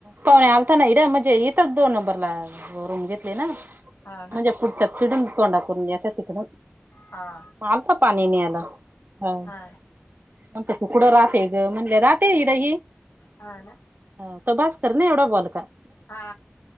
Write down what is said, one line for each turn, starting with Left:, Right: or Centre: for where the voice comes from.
Right: पाहुणे आलता ना इड म्हणजे इथंच दोन नंबरला रूम घेतली ना
Left: हा ना
Right: म्हणजे <inaudible>
Left: हा
Right: अलता पाणी न्यायला हं
Left: हा
Right: म्हणतो तू कुठ राहते ग म्हणले राहते इड हि
Left: ह ना
Right: आता बास कर ना एवढा बोल का
Left: हा